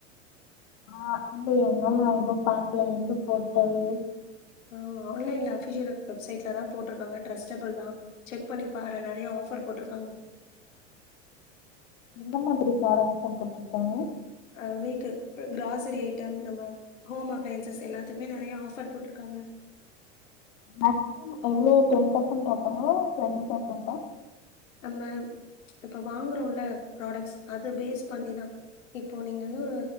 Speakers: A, on the left; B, on the left.
A: ஆ இல்லயே இன்னு ஒன்னும் பாக்கலயே எந்து போட்டது
B: ஆ ஆன்லைன்ல அஃபிஷியல் வெப்சைட்லதா போட்ருக்காங்க டிரஸ்டபுள் தா செக் பண்ணி பாரு நறைய ஆஃபர் போட்ருக்காங்க
A: எந்த மாதிரி ப்ராடெக்ட்ஸ்லாம் போட்ருக்காங்க
B: அ வீட்டு கிராசரி ஐட்டம் நம்ம ஹோம் அப்ளைன்சஸ் எல்லாத்துக்குமே நறைய ஆஃபர் போட்ருக்காங்க
A: ஆ எவ்ளோ டென் பர்சன்ட் ஆஃபரா டுவெண்ட்டி பர்சன்ட்டா
B: நம்ம இப்ப வாங்குறோம்ல ப்ராடெக்ஸ் அது பேஸ் பண்ணிதா இப்போ நீங்க வந்து ஒரு